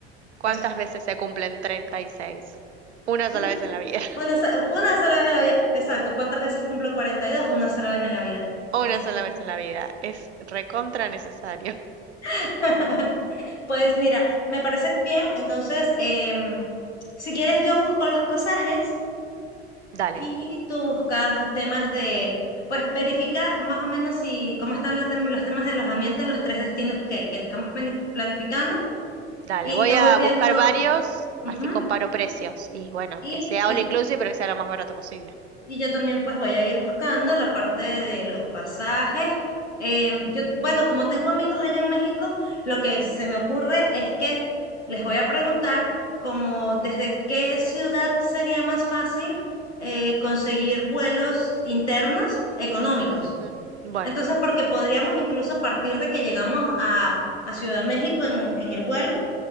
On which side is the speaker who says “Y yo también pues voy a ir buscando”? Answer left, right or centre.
Left